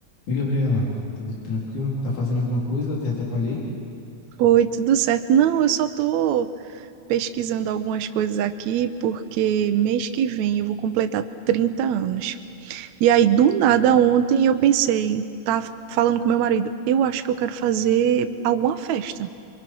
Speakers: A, on the left; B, on the right.
A: Oi, Gabriela, tudo tranquilo? Tá fazendo alguma coisa? Até atrapalhei?
B: Oi, tudo certo? Não, eu só estou pesquisando algumas coisas aqui porque mês que vem eu vou completar 30 anos. E aí, do nada, ontem eu pensei, tá falando com meu marido, eu acho que eu quero fazer alguma festa.